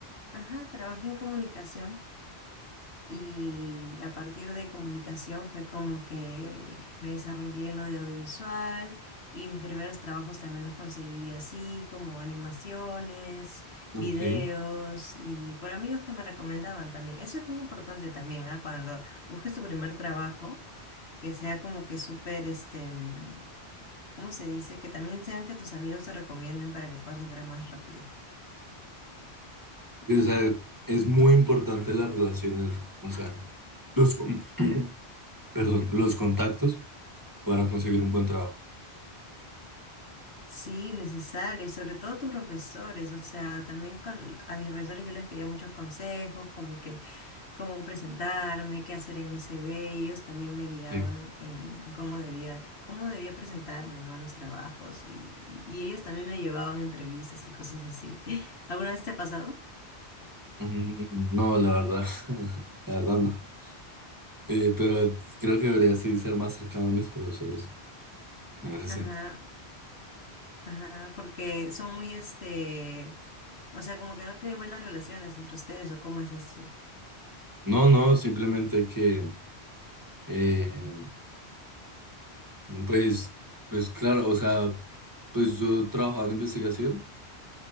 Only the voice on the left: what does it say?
ajá, trabajé en comunicación. Y a partir de comunicación fue como que me desarrollé en lo de audiovisual y mis primeros trabajos también los conseguí así, como animaciones,
videos y por amigos que me recomendaban también. Eso es muy importante también, ¿ah? Cuando busques tu primer trabajo, que sea como que súper, este, mm, ¿cómo se dice? Que también sean que tus amigos te recomienden para que puedas entrar más rápido.
Sí, necesario, y sobre todo tus profesores, o sea, también con, a mis profesores yo les pedía muchos consejos, como que cómo presentarme, qué hacer en mi CV, y ellos también me guiaban
en cómo debía, cómo debía presentarme, ¿no? a los trabajos, y, y- y ellos también me llevaban a entrevistas y cosas así. <laughs> ¿Alguna vez te ha pasado?
Ajá,
ajá, porque son muy, este, o sea, como que no tienen buenas relaciones entre ustedes, ¿o cómo es así?